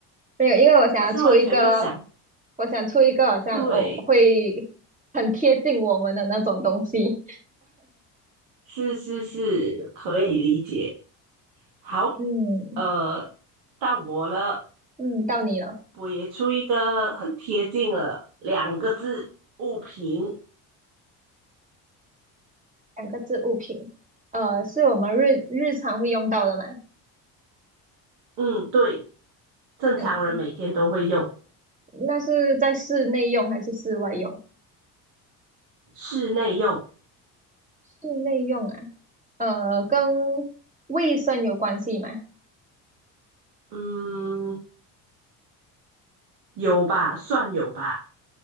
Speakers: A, on the right; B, on the right.
A: 没有，因为我想要出一个，
B: 我是完全没有想。
A: 我想出一个好像哦会很贴近我们的那种东西。
B: 对，是是是，可以理解。好，
A: <laughs> 嗯
B: 呃，到我了，
A: 嗯，到你了，
B: 我也出一个很贴近了，两个字，物品。
A: 两个字物品，呃，是我们日日常会用到的吗？
B: 嗯，对，正常人每天都会用，
A: 嗯，那是在室内用还是室外用？
B: 室内用。
A: 室内用啊，呃，跟卫生有关系吗？
B: 嗯，有吧，算有吧。